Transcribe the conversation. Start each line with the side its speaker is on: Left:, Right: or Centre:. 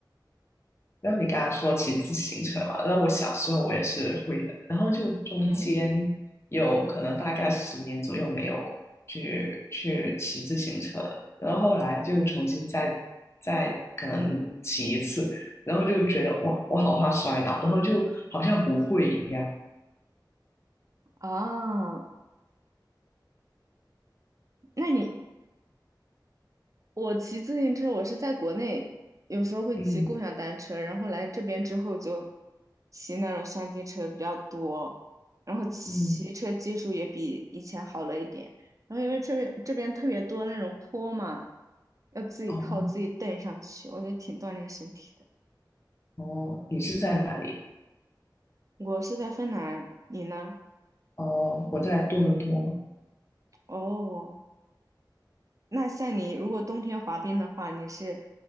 Left: 然后你刚刚说骑自行车嘛，然后我小时候我也是会的，然后就中间有可能大概十年左右没有去去骑自行车了，
Right: 嗯
Left: 然后后来就重新再再可能骑一次，然后就觉得哇，我好怕摔倒，然后就好像不会一样。
Right: 啊。那你我骑自行车，我是在国内有时候会骑共享单车，
Left: 嗯
Right: 然后来这边之后就骑那种山地车比较多，然后骑车技术也比以前好了一点。
Left: 嗯，
Right: 然后因为这边这边特别多那种坡嘛，要自己靠自己蹬上去，
Left: 哦
Right: 我觉得挺锻炼身体的。
Left: 哦哦，你是在哪里？
Right: 我是在芬兰，你呢？
Left: 哦，我在多伦多。
Right: 哦，那像你如果冬天滑冰的话，你是